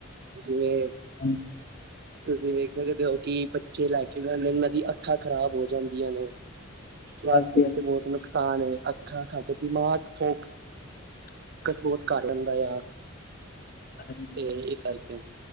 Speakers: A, on the right; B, on the left.
A: ਜਿਵੇਂ
B: ਹੂੰ।
A: ਤੁਸੀਂ ਵੇਖ ਸਕਦੇ ਓ ਕਿ ਬੱਚੇ, ਲੈ ਕੇ ਨਾਂ ਇਹਨਾਂ ਦੀ ਅੱਖਾਂ ਖ਼ਰਾਬ ਹੋ ਜਾਂਦੀਆਂ ਨੇ। ਸਵਸਥ
B: ਹਾਂਜੀ
A: ਉੱਤੇ
B: ਹਾਂਜੀ
A: ਬਹੁਤ ਨੁਕਸਾਨ ਏ, ਅੱਖਾਂ ਸਾਡੇ ਦਿਮਾਗ ਫੋਕ ਬਸ ਬਹੁਤ ਕਰ ਲੈਂਦਾ ਆ,
B: ਹਾਂਜੀ
A: ਤੇ ਏਸ ਕਰਕੇ।